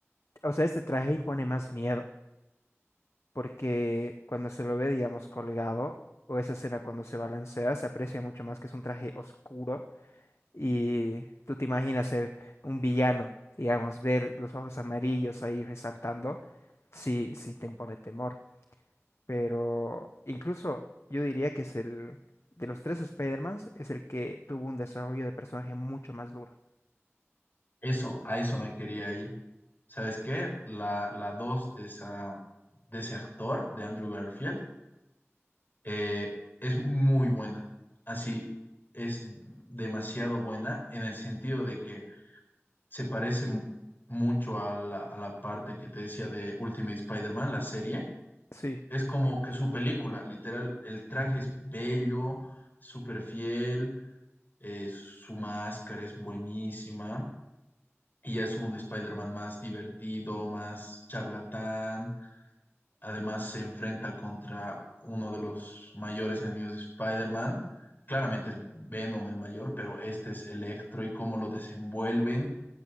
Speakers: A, on the left; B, on the left.
A: o sea, este traje impone más miedo, porque cuando se lo ve, digamos, colgado, o esa escena cuando se balancea, se aprecia mucho más que es un traje oscuro y tú te imaginas ser un villano, digamos, ver los ojos amarillos ahí resaltando, sí, sí te impone temor, pero incluso yo diría que es el, de los tres Spider-Mans, es el que tuvo un desarrollo de personaje mucho más duro.
B: Eso, a eso me quería ir. ¿Sabes qué? La, la 2 de esa, de ese actor, de Andrew Garfield, eh, es muy buena. Así, es demasiado buena en el sentido de que se parece mu- mucho a la, a la parte que te decía de Ultimate Spider-Man, la serie.
A: Sí,
B: Es como que su película, literal, el traje es bello, súper fiel, eh, su máscara es buenísima y es un Spider-Man más divertido, más charlatán. Además se enfrenta contra uno de los mayores enemigos de Spider-Man. Claramente es Venom el mayor, pero este es Electro y cómo lo desenvuelven